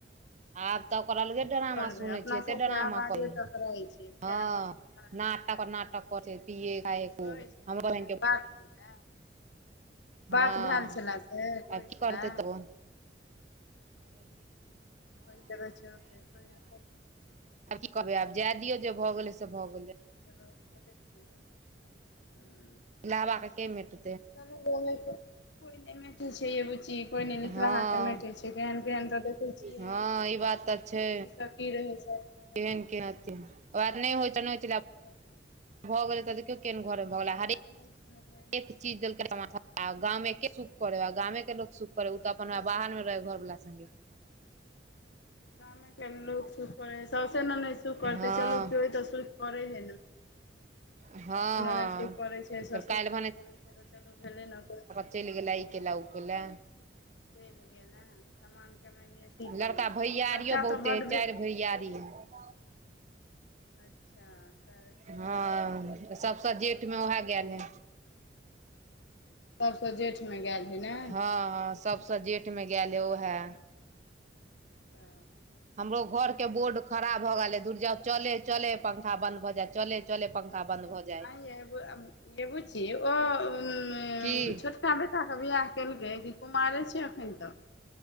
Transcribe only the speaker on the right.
आब तऽ ओकर अलगे
ड्रामा
सुनै
छै एते
ड्रामा
कहहि
हँ।
नाटक
नाटक
करै छै पिए खाए खूब
हमरा
हँ
आ कि
करतै तब ओ।
कि करबै आब जाय दियौ जे भऽ गेलै से भऽ गेलै।
लभ आ कैमेटू।
हँ
हँ
ई बात तऽ छै
केहन
केात नहि हमरा त अपने होई छै नोचि ली।
भऽ गेलै तऽ देखियौ केहन घरमे भऽ गेलै हरेक
चीज देलकै समान सभटा गामे के सुख करे गामे के लोक सुख करे उ तऽ अपना
बाहर मे
रहै घर वला सगे।
हँ
हँ
हँ
फेर
काल्हि
चैल गेला ई केला उकेला
लड़का
भैयारियो
बहुते
है
<unintelligible>
हँ सबसे ज्येष्ठ मे उहै गेल है
हँ हँ सभ से जेठमे गेल है उहै
हमरो घर केँ बोर्ड खराब भऽ गेले दूरजउ चले चले पंखा बद भऽ जाय चले चले पंखा बंद भऽ जाय।
की